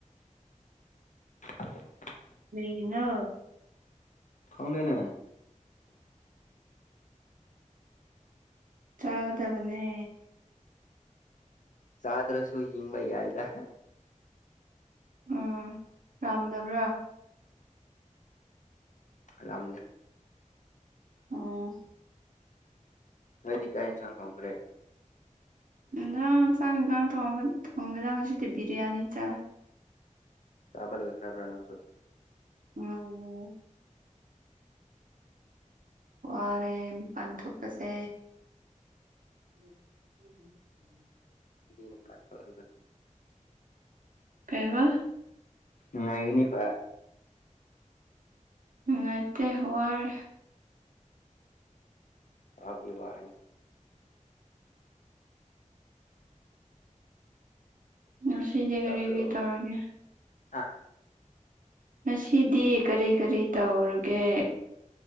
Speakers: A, on the left; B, on the right.
A: <inaudible>
B: ꯂꯩꯩꯅ
A: ꯐꯥꯎꯗꯅ
B: ꯆꯥꯒꯗꯕꯅꯦ
A: ꯆꯥꯗ꯭ꯔꯁꯨ ꯍꯤꯡꯕ ꯌꯥꯏꯗ
B: ꯎꯝ ꯄꯥꯝꯗꯕ꯭ꯔꯥ
A: ꯎꯝꯝꯗꯦ
B: ꯎꯝ
A: ꯅꯣꯏꯗꯤ ꯀꯥ ꯌꯦꯟꯁꯥꯡ ꯊꯝꯈ꯭ꯔꯦ
B: ꯏꯖꯥꯡ ꯆꯥꯡ ꯏꯟꯖꯥꯡ ꯊꯣꯡꯕ ꯊꯣꯡꯗ ꯆꯪ ꯁꯤꯗꯤ ꯕꯤꯔꯌꯥꯅꯤ ꯆꯥꯏ
A: ꯆꯥꯕ ꯂꯣꯏꯈ꯭ꯔꯕ꯭ꯔꯥ ꯅꯪꯁꯨ
B: ꯎꯝ ꯋꯥꯔꯦ ꯄꯥꯟꯊꯣꯛꯄꯁꯦ ꯎ
A: ꯅꯤ ꯄ ꯇꯔꯗ
B: ꯀꯩꯕ
A: ꯉꯉꯒꯤꯅꯤꯕ
B: ꯎꯉꯥꯏꯇꯩ ꯍꯔ
A: ꯑꯕꯤ ꯋꯥꯅꯤ
B: ꯑꯁꯤꯗꯤ ꯀꯔꯤ
A: ꯇꯥꯕ꯭ꯔꯣ
B: ꯀꯔꯤ ꯇꯧꯔꯒꯦ
A: ꯍꯥ
B: ꯉꯁꯤꯗꯤ ꯀꯔꯤ ꯀꯔꯤ ꯇꯧꯔꯒꯦ